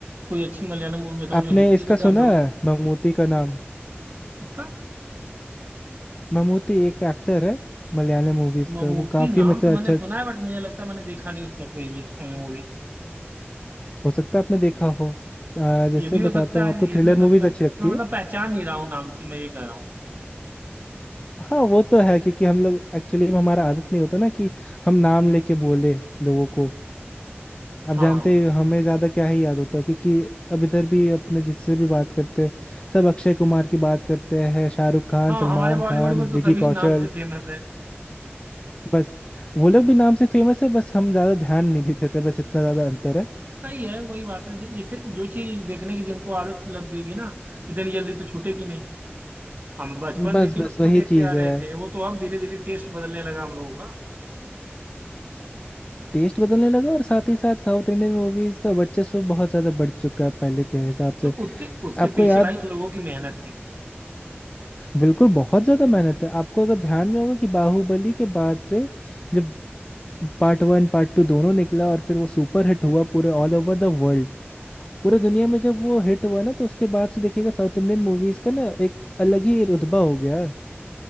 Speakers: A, on the right; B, on the left.
A: कोई अच्छी मलयालम मूवी बताओ
B: आपने
A: जो हिंदी
B: इसका
A: में
B: सुना
A: डब्ड हो
B: है ममूटी का नाम
A: किसका
B: ममूटी एक एक्टर है मलयालम मूवीज
A: ममूटी
B: का वो काफी
A: नाम
B: मतलब
A: तो मैंने
B: अच्छा
A: सुना है बट मुझे लगता है मैंने देखा नहीं उसका कोई भी अभी मूवी
B: हो सकता है आपने देखा हो आ, जैसे
A: ये भी हो
B: बताता
A: सकता
B: हूँ
A: है
B: आपको थ्रिलर
A: ये भी हो सकता
B: मूवीज
A: है
B: अच्छी
A: बट
B: लगती
A: मैं मतलब
B: है
A: पहचान नहीं रहा हूँ नाम से मैं ये कह रहा हूँ
B: हाँ वो तो है क्योंकि हम लोग एक्चुअली में हमारा आदत नहीं होता ना कि हम नाम लेके बोले लोगों को आप
A: हाँ
B: जानते हैं हमें ज्यादा क्या ही याद होता है क्योंकि अब इधर भी अपने जिससे भी बात करते हैं सब अक्षय कुमार की बात करते हैं शाहरुख खान
A: हाँ
B: सलमान
A: हमारे बॉलीवुड
B: खान
A: में तो सभी
B: विकी कौशल
A: नाम से फेमस है
B: बस वो लोग भी नाम से फेमस है बस हम ज्यादा ध्यान नहीं देते थे बस इतना ज्यादा अंतर है
A: सही है वही बात है जैसे जो चीज देखने की जिनको आदत लग गई थी ना तो इतनी जल्दी तो छूटेगी नहीं हम बचपन
B: बस
A: से इन्हीं
B: बस
A: लोगों
B: वही
A: को देखते
B: चीज
A: आ रहे
B: है
A: थे वो तो अब धीरे धीरे टेस्ट बदलने लगा हम लोगों का
B: टेस्ट बदलने लगा और साथ ही साथ साउथ इंडियन मूवीज का वर्चस्व बहुत ज्यादा बढ़ चुका है पहले के हिसाब से
A: तो उसके उसके
B: आपको
A: पीछे
B: याद
A: भाई उन लोगों की मेहनत है
B: बिल्कुल बहुत ज्यादा मेहनत है आपको अगर ध्यान में होगा कि बाहुबली के बाद से जब पार्ट वन पार्ट टू दोनों निकला और फिर वो सुपर हिट हुआ पूरे ऑल ओवर द वर्ल्ड पूरे दुनिया में जब वो हिट हुआ ना तो उसके बाद से देखिएगा साउथ इंडियन मूवीज का ना एक अलग ही रुतबा हो गया है